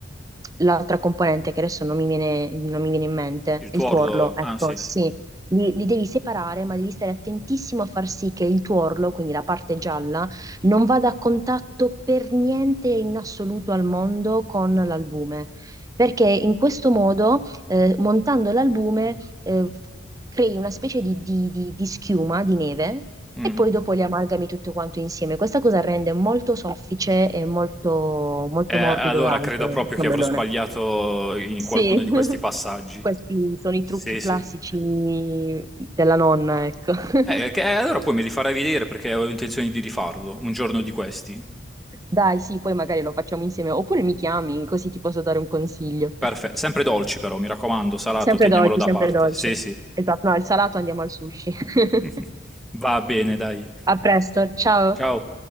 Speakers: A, on the right (about 20°); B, in the centre.
A: l'altra componente che adesso non mi viene, non mi viene in mente,
B: Il
A: il
B: tuorlo,
A: tuorlo, ecco,
B: ah sì,
A: sì.
B: sì.
A: Li, li devi separare, ma devi stare attentissimo a far sì che il tuorlo, quindi la parte gialla, non vada a contatto per niente in assoluto al mondo con l'albume, perché in questo modo, eh, montando l'albume, eh, crei una specie di, di- di- di schiuma, di neve,
B: Mm.
A: e poi dopo li amalgami tutto quanto insieme. Questa cosa rende molto soffice e molto, molto
B: Eh, allora
A: morbido e alto
B: credo
A: il
B: proprio
A: ciambellone.
B: che avrò sbagliato in
A: Sì,
B: qualcuno di questi
A: <laughs>
B: passaggi.
A: questi sono i
B: Sì,
A: trucchi classici
B: sì.
A: della nonna, ecco. <laughs>
B: Eh, eh, che- eh, allora poi me li farai vedere perché ho intenzione di rifarlo un giorno di questi.
A: Dai, sì, poi magari lo facciamo insieme, oppure mi chiami, così ti posso dare un consiglio.
B: Perfetto. Sempre dolci però, mi raccomando, salato,
A: Sempre
B: teniamolo
A: dolci,
B: da
A: sempre
B: parte.
A: dolci.
B: Sì, sì.
A: Esatto, no, al salato andiamo al sushi. <laughs>
B: <laughs> Va bene, dai.
A: A presto, ciao.
B: Ciao.